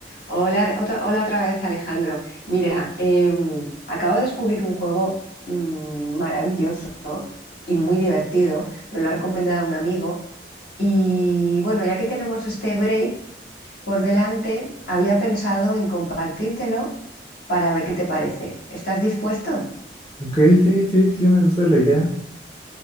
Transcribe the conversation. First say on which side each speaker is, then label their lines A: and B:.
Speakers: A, on the left (about 60°); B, on the left (about 20°).
A: Hola otra, hola otra vez, Alejandro. Mira, em, acabo de descubrir un juego mm, maravilloso y muy divertido. Me lo ha recomendado un amigo. Y bueno, ya que tenemos este break por delante, había pensado en compartírtelo para ver qué te parece. ¿Estás dispuesto?
B: Ok, sí, sí, sí, me gusta la idea.